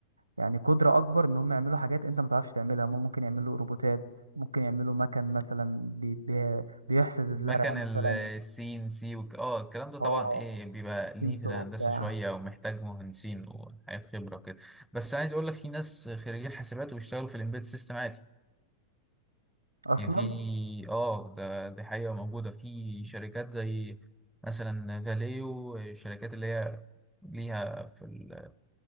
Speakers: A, on the right; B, in the centre.
A: يعني قدره اكبر ان هما يعملوا حاجات انت ما تعرفش تعملها هما ممكن يعملوا روبوتات ممكن يعملوا مكن مثلا بي بي بيحسد الزرع
B: مكن
A: مثلا
B: السي ان سي وك... اه الكلام ده طبعا
A: اه
B: ايه بيبقى
A: سنسور
B: ليه في الهندسة
A: وبتاع
B: شوية ومحتاج مهندسين وحاجات خبرة وكده بس عايز اقول لك في ناس خريجين حاسبات وبيشتغلوا في الامبيد سيستم عادي
A: اصلا
B: يعني في اه ده دي حقيقة موجودة في شركات زي مثلا فاليو الشركات اللي هي ليها في